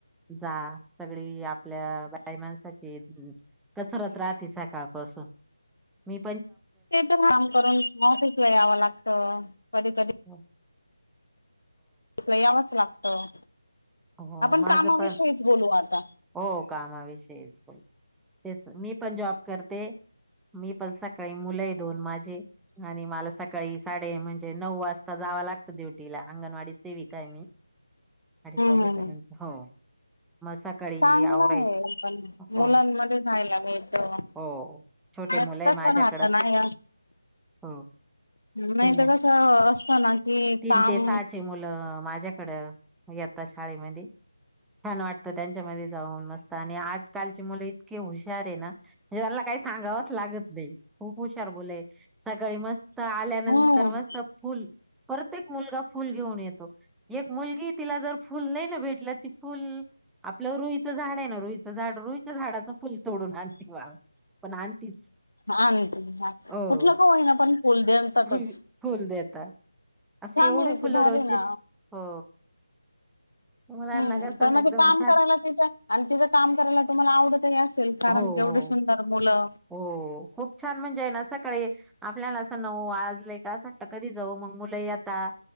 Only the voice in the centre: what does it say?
जा, सगळी आपल्या बाई माणसाची कसरत राहतेच सकाळपासून, मीऽ
हा
हो
माझं
पण
हो कामाविषयीच बोल तेच मी पण जॉब करते मी पण सकाळी मुलं दोन माझे आणि मला सकाळी साडे म्हणजे नऊ वाजता जावा लागत ड्युटीला अंगनवाडीत सेविकाय मी
जेपर्यंत
हो सकळी
आवरायच
हो
हो छोटे मुलंय
माझ्याकड
हो
शून्य
तीन
ते सहाचे मुलं माझ्याकड येता शाळेमध्ये छान वाटत त्यांच्यामध्ये जाऊन मस्त आणि आजकालची मुलं इतके हुशारय ना म्हणजे त्यांला काही सांगावंच लागत नाही खूप हुशार मुलय सकाळी मस्त आल्यानंतर
मस्त फुल प्रत्येक मुलगा फुल घेऊन येतो एक मुलगी तिला जर फुल नाही ना भेटलं ती फुल आपलं रुईचं झाड आहे ना रुईचं झाड रुईच्या झाडाचं फुल तोडून आणते बाब पण आणतीच
हो
फुल फुल देतात असे
एवढी
फुलं
रोजची
हो मुलांना
कसं
एकदम
छान
हो
हो
हो खूप छान म्हणजे आहे ना सकळी आपल्याला असं नव आजलंय का असं वाट कधी जाऊ मग मुलं येता